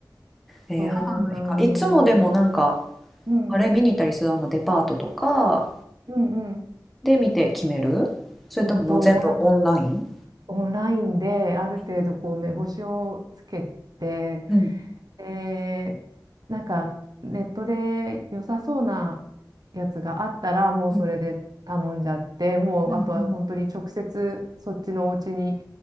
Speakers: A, in the centre; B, on the right (about 60°).
A: えー母の日か。
B: そうなの。
A: いつもでもなんか、
B: うん。
A: あれ見に行ったりするあのデパートとか
B: うんうん。
A: で見て決めるそれとももう全部オンライン
B: うんと、まあ、オンラインである程度こう目星をつけて、
A: うん。うん。
B: で、なんかネットで良さそうなやつがあったら、もうそれで頼んじゃって、
A: うん
B: もうあとは本当に直接そっちのお家に
A: うん。うん